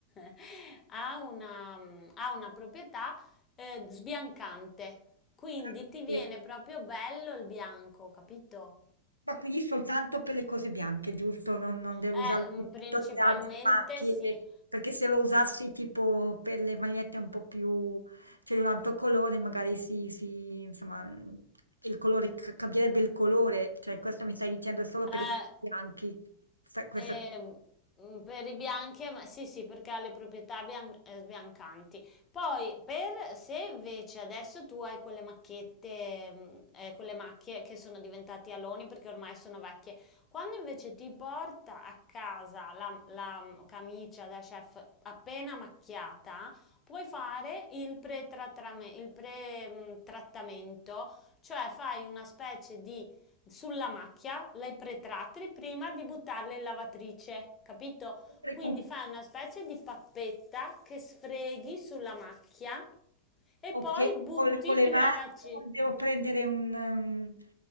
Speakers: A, on the left; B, on the right.
A: <laughs> ha una, mm, ha una proprietà eh, sbiancante. Quindi
B: Ah,
A: ti viene
B: sì.
A: proprio bello il bianco, capito?
B: Ma quindi soltanto per le cose bianche, giusto? Non, non devo
A: Eh,
B: usare
A: mm,
B: per
A: principalmente
B: tutte le altre macchie,
A: sì.
B: perché se lo usassi tipo per le magliette un po' più, cioè di un altro colore, magari si, si- insomma, il colore, ca- cambierebbe il colore, cioè questo mi stai dicendo è solo per
A: Eh,
B: i colori bianchi, Sa- questa
A: ehm, mm, per i bianchi, ma- sì, sì, perché ha le proprietà bian- eh, sbiancanti. Poi, per se invece adesso tu hai quelle macchiette, mm, eh, quelle macchie che sono diventate aloni perché ormai sono vecchie, quando invece ti porta a casa la, la, mm, camicia da chef appena macchiata, puoi fare il pre-trattamento, cioè fai una specie di sulla macchia, le pretrattili prima di buttarle in lavatrice, capito?
B: sempre
A: Quindi
B: con-
A: fai una specie di pappetta che sfreghi sulla macchia e poi
B: Ok,
A: butti
B: col- con, le
A: in
B: mani
A: lavatrice.
B: o devo prendere un, um,